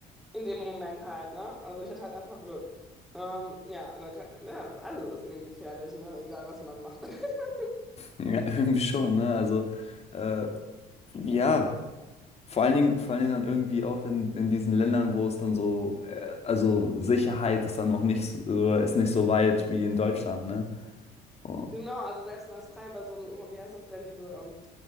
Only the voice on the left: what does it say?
ja, <laughs> irgendwie schon, ne? Also, äh, ja. Vor allen Dingen, vor allen Dingen dann irgendwie auch in, in diesen Ländern, wo es dann so, äh, also Sicherheit ist dann noch nicht so, ist nicht so weit wie in Deutschland, ne? Oh,